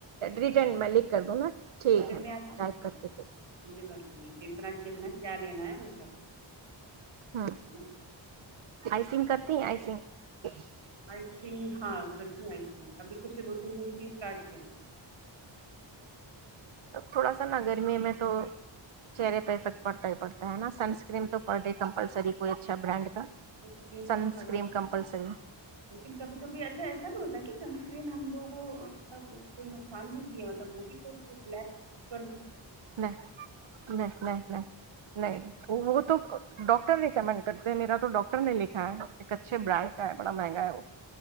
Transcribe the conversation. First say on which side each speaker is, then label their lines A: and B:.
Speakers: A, on the right (about 80°); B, on the right (about 65°).
A: ریٹرن میں لکھ کر دوں نا ٹھیک
B: کر
A: ہے میں
B: آپ
A: ٹائپ کر کے
B: گی جتنا کتنا کیا لینا ہے وہ سب
A: ہ
B: ہے نا
A: آئسنگ کرتی ہیں <inaudible>
B: آئسگ ہاں کرچن آئیسنگ ابھی کچھ دو تین دن سے اسٹارٹ کیا
A: تھوڑا سا نا گرمی میں تو چہرے پہ افیکٹ پڑتا ہی پڑتا ہے نا سنسکرینم تو پر ڈے کمپلسری کوئی اچھا برانڈ کا
B: سنکرین
A: سنس
B: تو ہم لگاتے
A: کریم کمپلسری
B: ہیں لیکن کبھی کبھی اچھا ایسا بھی ہوتا ہے کہ سنسکرین ہم لوگ سب کوئی نقصان بھی مطلب وہ بھی کول
A: نہیں نہیں نہیں نہیں نہیں نہیں وہ تو ڈاکٹر نہیں ریکمنڈ کرتے میرا تو ڈاکٹر نے لکھا ہے ایک اچھے برانڈ کا ہے بڑا مہنگا ہے وہ